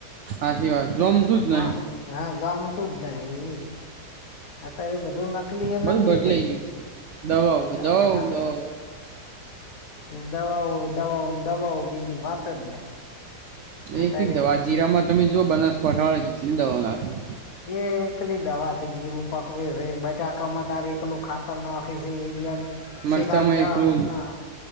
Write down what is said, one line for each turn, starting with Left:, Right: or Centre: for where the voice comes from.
Right: સાચી વાત. જોમતું જ
Left: હા
Right: ને
Left: હા જામતું જ નહી. અત્યારે બધું ન નકલી એ
Right: બધું
Left: નકલી
Right: બદલાઈ
Left: થઈ ગયું
Right: છે દવાઓ
Left: જાહા.
Right: દવાઓ દવાઓ
Left: ને દવાઓ, દવાઓ ને, દવાઓ બીજી વાત જ નહી
Right: એક
Left: અતારે
Right: દવા જીરામાં તમે જુઓ બનાસકાંઠા વાળા જેટલી દવા નાખી.
Left: એ એકલી દવાથી જીરું પકવે છે, બટાકામાં તારે એકલું ખાતર નાખી છે, એરિયાન
Right: મરચામાં
Left: સેક આઠ, દ
Right: એકલું
Left: મહીના